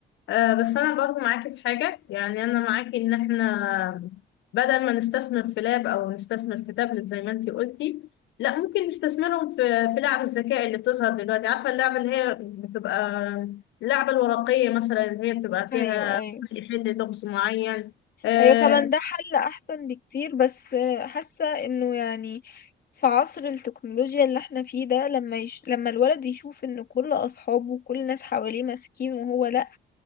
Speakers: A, on the left; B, on the left.
A: آه، بس انا برضو معاكي في حاجه يعني انا معاكي ان احنا بدل ما نستثمر في لاب او نستثمر في تابلت زي ما انتي قلتي لا ممكن نستثمرهم في في لعب الذكاء اللي بتظهر دلوقتي عارفه اللعبه اللي هي بتبقى اللعبه الورقيه مثلا اللي هي بتبقى فيها
B: ايوه ايوه
A: مثلاً يحل لغز معين آه
B: ايوه فعلا ده حل احسن بكتير بس آه، حاسه انه يعني في عصر التكنولوجيا اللي احنا فيه ده لما يش... لما الولد يشوف ان كل اصحابه وكل الناس حواليه ماسكين وهو لأ